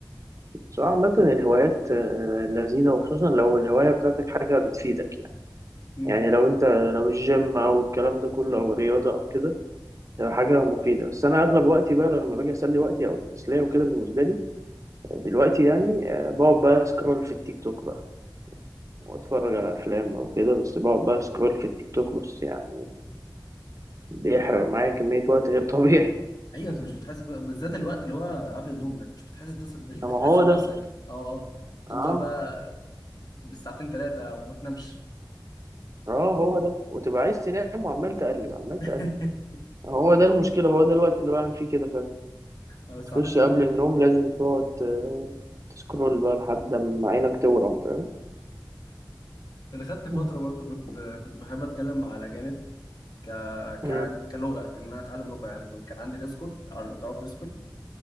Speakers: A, on the right; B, on the left.
A: بس عامة الهوايات آه، لذيذة وخصوصا لو الهواية بتاعتك حاجة بتفيدك يعني
B: م-
A: يعني لو انت
B: م.
A: لو الجيم او الكلام ده كله او الرياضة او كده ده حاجة مفيدة بس انا اغلب وقتي بقى لما باجي اسلي وقتي او التسلية وكده بالنسبة لي دلوقتي يعني آه، بقعد بقى سكرول في التيك توك بقى واتفرج على افلام او كده بس بقعد بقى سكرول في التيك توك بس يعني بيحرق معايا كمية وقت غير طبيعي
B: أيوه أنت مش بتحاسب بالذات الوقت اللي هو قبل النوم ده مش بتحاسب نفسك- مش
A: طب
B: بتحاسب
A: ما هو
B: نفسك
A: ده
B: أه آه. تفضل
A: اه
B: بقى بالساعتين ثلاثة وما تنامش
A: اه هو ده وتبقى عايز تنام وعمال تقلب عمال
B: <laughs>
A: تقلب هو ده المشكلة هو ده الوقت اللي بعمل فيه كده فعلا
B: أو الساعتين
A: تخش
B: ثلاثة
A: قبل النوم لازم تقعد آه، تسكرول بقى لحد ما عينك تورم فاهم
B: انا خدت فتره
A: مم.
B: برضو كنت كنت بحب اتكلم مع الاجانب ك...
A: مم.
B: ك... كلغه كان انا اتعلم لغه يعني كنت كان عندي ديسكورد او لو تعرف ديسكورد